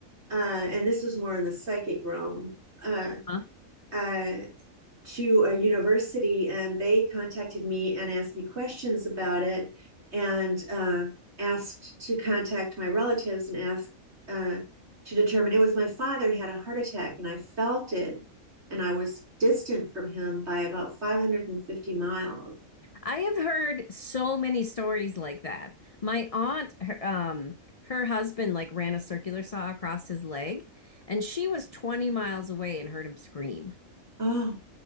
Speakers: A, on the right; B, on the left.
A: uh, and this was more in the psychic realm. Uh,
B: Huh?
A: uh, to a university and they contacted me and asked me questions about it and uh, asked to contact my relatives and asked uh, to determine it was my father He had a heart attack and I felt it and I was distant from him by about 550 miles.
B: I have heard so many stories like that. My aunt, her, um, her husband like ran a circular saw across his leg, and she was 20 miles away and heard him scream.
A: Oh,